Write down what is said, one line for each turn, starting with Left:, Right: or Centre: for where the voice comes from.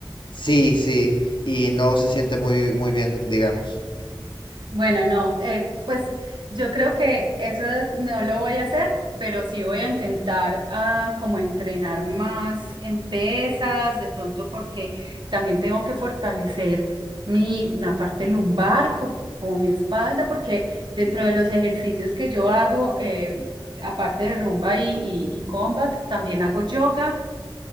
Left: Sí, sí, y no se siente muy, muy bien, digamos.
Right: Bueno, no, eh, pues yo creo que eso no lo voy a hacer, pero sí voy a intentar ah, como entrenar más en pesas, de pronto porque también tengo que fortalecer mi, la parte lumbar, co- como, mi espalda, porque dentro de los ejercicios que yo hago, eh, aparte de rumba y, y y combat, también hago yoga